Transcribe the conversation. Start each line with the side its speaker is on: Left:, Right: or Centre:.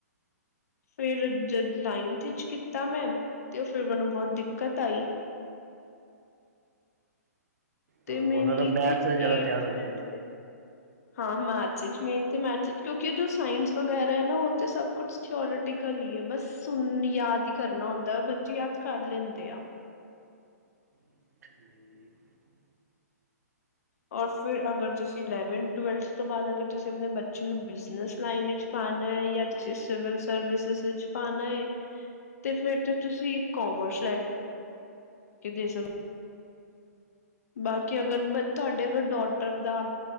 Left: ਫਿਰ ਜਦ ਨਾਈਨਥ ਵਿੱਚ ਕੀਤਾ ਮੈਂ ਤੇ ਉਹ ਫਿਰ ਮੈਨੂੰ ਬਹੁਤ ਦਿੱਕਤ ਆਈ ਤੇ
Right: ਉਹਨਾਂ
Left: ਮੇਨਲਈ
Right: ਦਾ ਮੈਥ
Left: ਤੇ
Right: ਜ਼ਿਆਦਾ
Left: ਏਟਥ
Right: ਧਿਆਨ ਰੱਖਿਆ
Left: ਟੈਂਨਥ
Right: ਹੋਇਆ
Left: ਹਾਂ ਮੈਥਸ ਚ ਮੇਨ ਤੇ ਮੈਥ ਕਿਉਂਕਿ ਜੋ ਸਾਇੰਸ ਵਗੈਰਾ ਹੈ ਨਾ ਉਹ ਤੇ ਸਭ ਕੁਛ ਥਿਓਰਟੀਕਲੀ ਹੈ ਬਸ ਸੁਣ ਯਾਦ ਹੀ ਕਰਨਾ ਹੁੰਦਾ ਔਰ ਬੱਚੇ ਯਾਦ ਕਰ ਲੈਂਦੇ ਆ
Right: <inaudible>
Left: ਔਰ ਫਿਰ ਅਗਰ ਤੁਸੀਂ ਇਲੈਵਨ ਟਵੈਲਥ ਤੋਂ ਬਾਅਦ, ਅਗਰ ਤੁਸੀਂ ਆਪਣੇ ਬੱਚੇ ਨੂੰ ਬਿਜਨਸ ਲਾਈਨ ਵਿੱਚ ਪਾ ਣਾ ਜਾਂ ਤੁਸੀਂ ਸਿਵਲ ਸਰਵਿਸ ਵਿੱਚ ਪਾਣਾ, ਤੇ ਫਿਰ ਤੇ ਤੁਸੀਂ ਕੋਮਰਸ ਲੈ ਕੇ ਦੇ ਸਕਦੇ ਬਾਕੀ ਅਗਰ ਮੈਂ ਤੁਹਾਡੇ ਅਗਰ ਡੋਟਰ ਦਾ